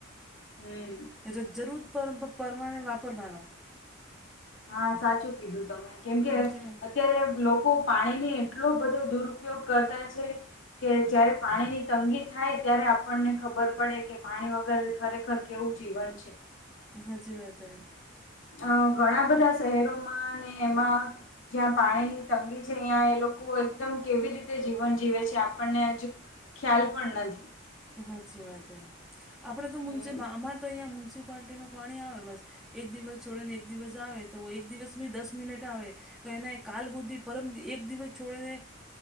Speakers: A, on the left; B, in the centre.
A: હમ્મ.
B: એટલે જરૂર પર પરમાણે વાપરવાનું
A: હા, સાચું કીધું તમે કેમકે
B: સાચી વાત
A: અત્યારે લોકો પાણીની એટલો બધો દુરુપયોગ કરતા છે. કે જયારે પાણીની તંગી થાય ત્યારે આપણને ખબર પડે કે પાણી વગ અગર ખરેખર કેવું જીવન છે.
B: હાચી વાત હૈ.
A: અહ ઘણા બધા શહેરોમાં અને એમાં જ્યાં પાણીની તંગી છે અહીં એ લોકો એકદમ કેવી રીતે જીવન જીવે છે આપણને હજુ ખ્યાલ પણ નથી.
B: હાચી વાત હે. આપડે તો મ્યુસિપ
A: હમ
B: અમારે તો અહીંયા મ્યુનિસિપાલટીનું પાણી આવે બસ એક દિવસ છોડે ને એક દિવસ આવે તો એક દિવસભી દસ મિનિટ આવે તો એને કાલ હુદી પરમ એક દિવસ છોડીને